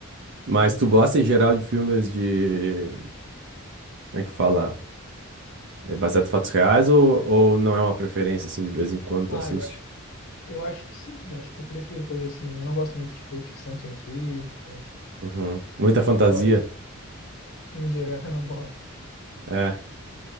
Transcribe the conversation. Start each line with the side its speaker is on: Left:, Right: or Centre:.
Right: Mas
Left: né?
Right: tu gosta
Left: É.
Right: em geral de filmes de. Como é que fala? É baseado em fatos reais ou, ou não é uma preferência, assim, de vez em quando tu
Left: Ah,
Right: assiste?
Left: eu Eu acho que sim, eu acho que eu prefiro coisa assim. Eu não gosto muito, tipo, de tipo, ficção científica,
Right: Uhum. Muita
Left: herói,
Right: fantasia.
Left: filme de herói <laughs> eu não gosto.
Right: É.